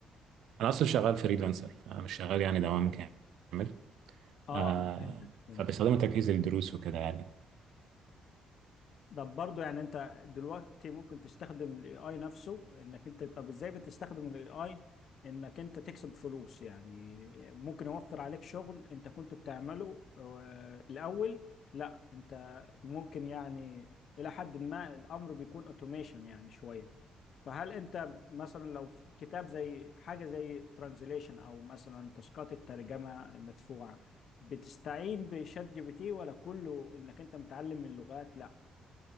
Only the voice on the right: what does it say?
انا اصلا شغال فريلانسر فمش شغال يعني دوام كامل
آه،
فبستخدمه تجهيز للدروس وكده يعني